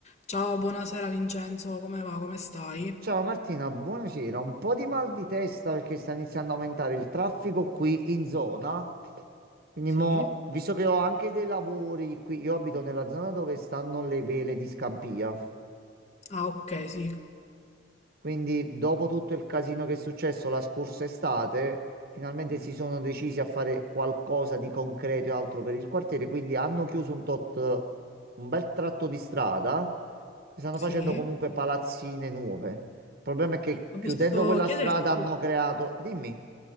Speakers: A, on the left; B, on the right.
A: Ciao, buonasera Vincenzo, come va? Come stai?
B: Ciao Martina, buonasera. Un po' di mal di testa perché sta iniziando a aumentare il traffico qui in zona. Quindi
A: Sì?
B: mo, visto che ho anche dei lavori qui, io abito nella zona dove stanno le vele di Scampia.
A: Ah, ok, sì,
B: Quindi, dopo tutto il casino che è successo la scorsa estate, finalmente si sono decisi a fare qualcosa di concreto e altro per il quartiere. Quindi hanno chiuso un tot, un bel tratto di strada e stanno
A: sì.
B: facendo comunque palazzine nuove. Il problema è che
A: Posso
B: chiudendo quella
A: chiederti?
B: strada hanno creato. Dimmi.